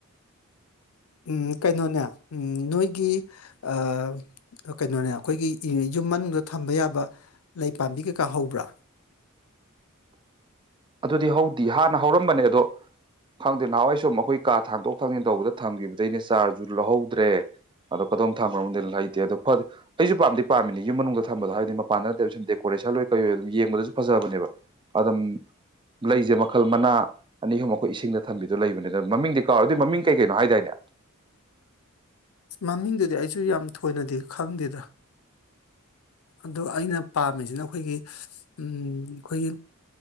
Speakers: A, on the left (about 85°); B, on the right (about 20°).
A: ꯎꯝ ꯀꯩꯅꯣꯅꯦ ꯅꯣꯏꯒꯤ ꯑꯥ ꯀꯩꯅꯣꯅꯦ ꯑꯩꯈꯣꯏꯒꯤ ꯌꯨꯝ ꯃꯅꯨꯡꯗ ꯊꯝꯕ ꯌꯥꯕ ꯂꯩ ꯄꯥꯝꯕꯤ ꯀꯩꯀꯥ ꯍꯧꯕ꯭ꯔꯥ
B: ꯑꯗꯨꯗꯤ ꯍꯧꯗꯤ ꯍꯥꯟꯅ ꯍꯧꯔꯝꯕꯅꯦ ꯑꯗꯣ ꯈꯪꯗꯦ ꯅꯍꯥꯟꯋꯥꯏ ꯁꯨꯝ ꯑꯩꯈꯣꯏ ꯀꯥ ꯊꯥꯡꯗꯣꯛ ꯊꯥꯡꯖꯤꯟ ꯇꯧꯕꯗ ꯊꯝꯈꯤꯕꯗꯩꯅꯦ ꯆꯥꯔꯖꯁꯨ ꯂꯧꯍꯧꯗ꯭ꯔꯦ ꯑꯗꯣ ꯀꯗꯣꯝ ꯊꯝꯈ꯭ꯔꯕꯅꯣ ꯈꯪꯗꯦ ꯂꯩꯇꯦ ꯑꯗꯣ ꯐ ꯑꯩꯁꯨ ꯄꯥꯝꯗꯤ ꯄꯥꯝꯃꯤꯅꯤ ꯌꯨꯝ ꯃꯅꯨꯡꯗ ꯊꯝꯕꯗꯣ ꯍꯥꯏꯕꯗꯤ ꯃꯄꯥꯟꯗꯅꯠꯇꯕ ꯁꯨꯝ ꯗꯦꯀꯣꯔꯦ ꯄꯩꯁꯥ ꯂꯣꯏ ꯀꯩ ꯑꯗꯨꯝ ꯌꯦꯡꯕꯗꯁꯨ ꯐꯖꯕꯅꯦꯕ ꯑꯗꯨꯝ ꯂꯩꯁꯦ ꯃꯈꯜ ꯃꯅꯥ ꯑꯅꯤ ꯑꯍꯨꯝ ꯑꯩꯈꯣꯏ ꯏꯁꯤꯡꯗ ꯊꯝꯕꯤꯗꯣ ꯂꯩꯕꯅꯦ ꯑꯗ ꯃꯃꯤꯡꯗꯤ ꯀꯥꯎꯔ ꯑꯗꯨꯏ ꯃꯃꯤꯡ ꯀꯩ ꯀꯩꯅꯣ ꯍꯥꯏꯗꯥꯏꯅꯦ
A: ꯃꯃꯤꯡꯗꯨꯗꯤ ꯑꯩꯁꯨ ꯌꯥꯝ ꯊꯣꯏꯅꯗꯤ ꯈꯪꯗꯦꯗ ꯑꯗꯨ ꯑꯩꯅ ꯄꯥꯝꯃꯤꯁꯤꯅ ꯑꯩꯈꯣꯏꯒꯤ ꯑꯩꯈꯣꯏꯒꯤ